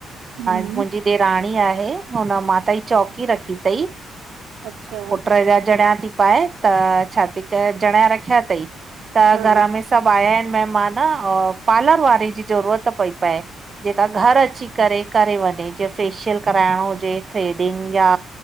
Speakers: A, on the right (about 85°); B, on the right (about 35°).
A: हम्म
B: मुंहिंजी ॾेराणी आहे हुन माता जी चौकी रखी अथईं
A: अच्छा
B: पुट जा जणिया थी पाए त छा थी करे जणिया रखिया अथई त
A: हा
B: घर में सभु आया आहिनि महिमान पार्लर वारे जी ज़रूरत पई पए जेका घर अची करे करे वञे जे फेशियल कराइणो हुजे, थ्रेडिंग या